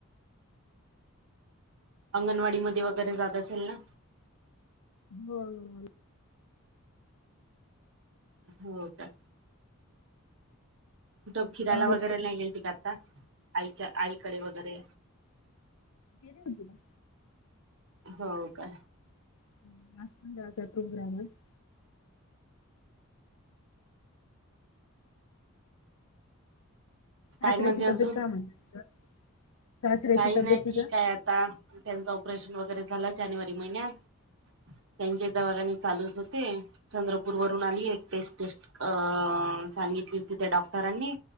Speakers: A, on the right (about 60°); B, on the left (about 80°).
A: अंगणवाडी मध्ये वगैरे जात असेल ना?
B: हो हो हो.
A: हो का? कुठ फिरायला
B: सहा वर्ष
A: वगैरे नाही गेलती का आता? आईच्या आईकडे वगैरे?
B: गेले होती ना.
A: हो का?
B: <unintelligible>
A: काय
B: सासऱ्याची
A: म्हणते अजून
B: तब्येत का म्हणते तुझ्या? सासऱ्याची
A: काही
B: तब्येत
A: नाही
B: तुझ्या
A: ठीक आहे आता, त्यांचं ऑपरेशन वगैरे झालं जानेवारी महिन्यात त्यांचे दवाखाने चालूच होते. चंद्रपूर वरून आली एक टेस्ट -टेस्ट अ सांगितली होती त्या डॉक्टरांनी